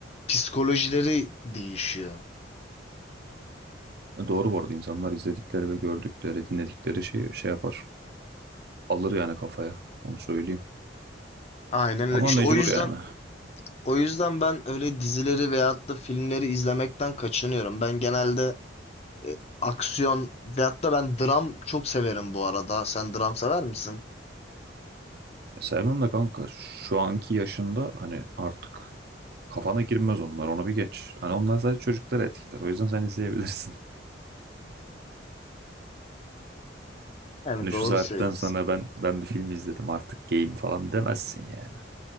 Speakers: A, on the left; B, on the right.
A: psikolojileri değişiyor.
B: E, Doğru bu arada insanlar izledikleri ve gördükleri, dinledikleri şeyi şey yapar. Alır yani kafaya. Onu söyleyeyim.
A: Aynen öyle.
B: Ama
A: işte
B: mecbur
A: o yüzden
B: yani.
A: o yüzden ben öyle dizileri veyahut da filmleri izlemekten kaçınıyorum. Ben genelde e, aksiyon veyahut da ben dram çok severim bu arada. Sen dram sever misin?
B: E, sevmem de kanka şu anki yaşında hani artık kafana girmez onlar. Onu bir geç. Hani onlar sadece çocukları etkiler. O yüzden sen izleyebilirsin. <laughs>
A: Yani
B: Hani
A: doğru
B: şu saatten
A: söylüyorsun.
B: sonra ben ben bir film izledim artık game falan demezsin yani.